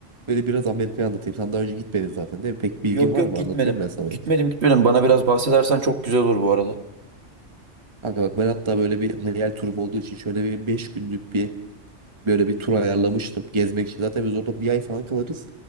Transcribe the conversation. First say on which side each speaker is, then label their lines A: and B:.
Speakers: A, on the right; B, on the right.
A: böyle biraz Amerika'yı anlatayım. Sen daha önce gitmedin zaten değil mi? Pek bilgin
B: Yok
A: var
B: yok
A: mı?
B: gitmedim
A: Anlatayım ben sana.
B: gitmedim gitmedim bana biraz bahsedersen çok güzel olur bu arada.
A: Kanka bak ben hatta böyle bir hayal turum olduğu için şöyle bir 5 günlük bir böyle bir tur ayarlamıştım gezmek için. Zaten biz orada bir ay falan kalırız.